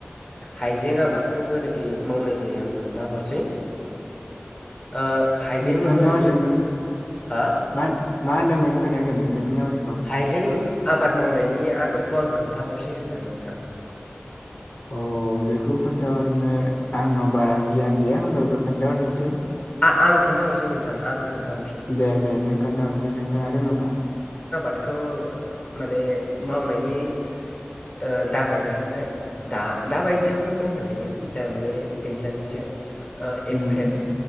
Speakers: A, on the left (about 25°); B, on the left (about 45°).
A: हाइजें आबादखौ बोरै मावनाय जायो आं खोन्थाहरसै ओ हाइजें
B: नोंथांनिवासो
A: मावनायनि
B: म
A: हा
B: मा मा होनदोंमोन खोनायाखै नोंथांनिवासो
A: हाइजें आबाद मावनायनि आदबखौ आं खोन्थाहरसै होनदां नोंथां
B: अ बेखौ खोन्थाहरनो आंनाव बारा गियान गैया होनबाबो खोन्थाहरनोसै
A: आ आ आं खोनथाहरसै नोंथां आं खोन्थाहरसै
B: दे दे नों खोन्थाहरदो नोंथाङा रोङोबा
A: खौ माने मावनायनि ओ दाना जाहैबाय दा दाबायदियावबो मावनो हायो जा माने दैज्लांनि सिगां ओ एप्रेल
B: उम